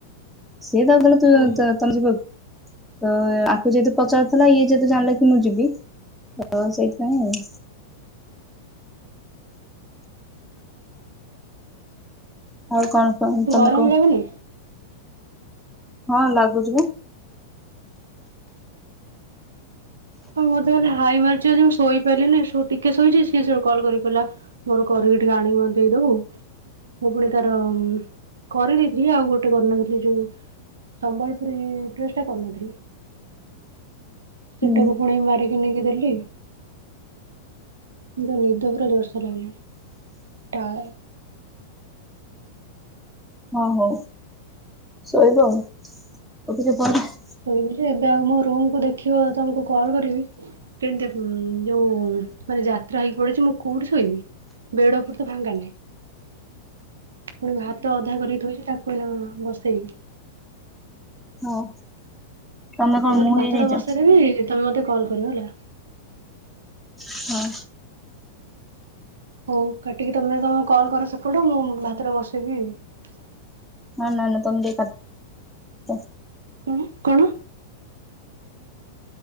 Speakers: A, in the centre; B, on the right.
A: ସିଏ ତାକୁ କହିଲା ତୁ-
B: ହୁଁ ହୁଁ
A: ତୁ- ତମେ ଯିବକି? ତ ଆକୁ ଯେହେତୁ ପଚାରୁଥିଲା ଇଏ ଯେହେତୁ ଜାଣିଲା କି ମୁଁ ଯିବି। ତ ସେଇଥିପାଇଁ ଆଉ। ଆଉ କଣ? କଣ ତମେ
B: ଗରମ
A: କୁହ
B: ଲାଗୁନି?
A: ହଁ ଲାଗୁଛି ବା।
B: ମତେ ଖାଲି ହାଇ ମାରୁଛି ଆଜି ମୁଁ ଶୋଇପାରିଲିନି ସେ ଟିକେ ଶୋଇଛି। ସିଏ ସୋଉଟୁ କଲ୍ କରି କହିଲା ମୋର କରିକି ଟିକେ ଆଣିକି ମତେ ଦେଇଦବୁ। ମୁଁ ପୁଣି ତାର କରିଦେଇଥିଲି ଆଉ ଗୋଟେ କରିନଥିଲି ଯୋଉ ସମ୍ବଲପୁରୀ ଡ୍ରେସ୍ ଟା କରିନଥିଲି। ଟାକୁ
A: ହୁଁ
B: ପୁଣି ମାରି କଣିକି ଦେଲି। କିନ୍ତୁ ନିଦ ପୁରା ଜୋରସୋର୍ ଲାଗିଲାଣି ଟାୟ।
A: ହଁ ହଉ ଶୋଇବ ଆଉ <unintelligible>
B: ଶୋଇବି ଯେ ଏବେ ଆଉ ଯୋଉ ମୋ ରୁମକୁ ଦେଖିବ ତମକୁ କଲ୍ କରିବି କେନ୍ତି ଯୋଉ ମାନେ ଯାତ୍ରା ହେଇକି ପଡିଛି। ମୁଁ କୋଉଠି ଶୋଇବି? ବେଡ଼ ଉପରେତ ଫାଙ୍କା ନାହିଁ। ପୁଣି ଭାତ ଅଧା କରିକି ଥୋଇଚି ତାକୁ ଏଇନା ବସେଇବି।
A: ହଁ ତମେ କଣ
B: ତାପରେ
A: ମୁଁ
B: ଭାତଟା
A: ହେଇଯାଇଛ
B: ବସେଇଦେବି ତମେ ମତେ କଲ୍ କରିବ ହେଲା।
A: ହଁ ।
B: ହଉ କାଟିକି ତମେ ତମ କଲ କର ସେପଟୁ ମୁଁ ଭାତଟା ବସେଇକି
A: ହଁ ନାଁ ନାଁ ତମେ ଯାଇ <unintelligible>
B: କଣ କଣ?